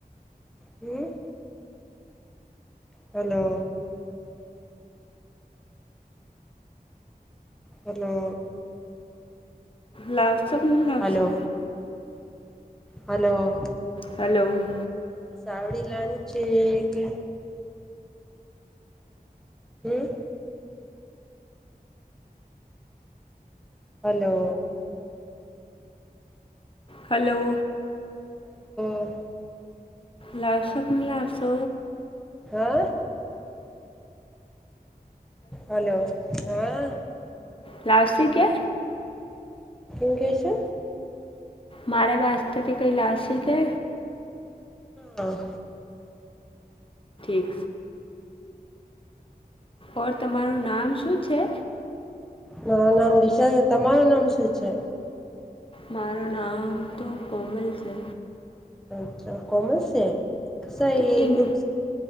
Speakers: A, in the centre; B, on the left (about 35°).
A: હમ હલો હેલો
B: લાવશો લાવશો
A: હલો હલો
B: હલો
A: ચાવડી લની છે કે હમ હલો
B: હલો
A: બર
B: લાવશો કે નહિ લાવશો
A: હા હલો હા
B: લાવશે કે
A: શું કહે છે
B: મારે વાસ્તે ભી કઈ લાસસી કે
A: હા
B: પછી ઓર તમારું નામ શું છે
A: માર નામ દિશા છે તમારું નામ શું છે
B: મારું નામ તો કોમલ છે
A: અચ્છા કોમર્સ છે સા
B: તો
A: એ
B: એમ
A: ખુબ